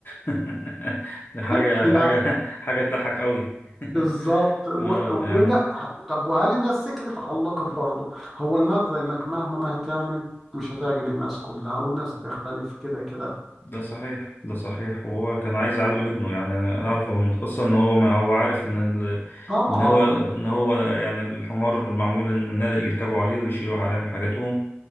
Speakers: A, on the left; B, in the centre.
A: <laughs> حاجه
B: <laughs>
A: حاجه
B: يعني
A: حاجه تضحك قوي
B: بالظبط
A: <laughs>
B: و...
A: اه
B: وإن...
A: يعني
B: طب وهل الناس سكتت علقت برضه هو المغزى انك مهما ما هتعمل مش هتعجب الناس كلها والناس هتختلف كده كده
A: ده صحيح ده صحيح وهو كان عايز يعلم ابنه يعني انا أنا اعرفه من القصه ان هو ما هو عارف ان ال...
B: طبعا
A: ان هو ان هو يعني الحمار معمول ان يركبوا عليه ويشيلوا عليهم حاجاتهم